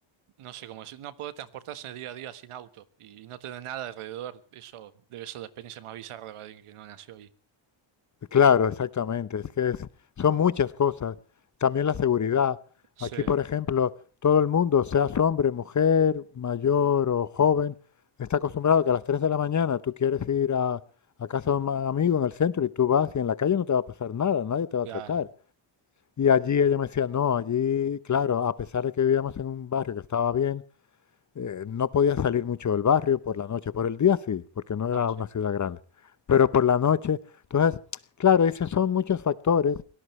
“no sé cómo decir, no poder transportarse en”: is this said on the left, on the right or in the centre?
Right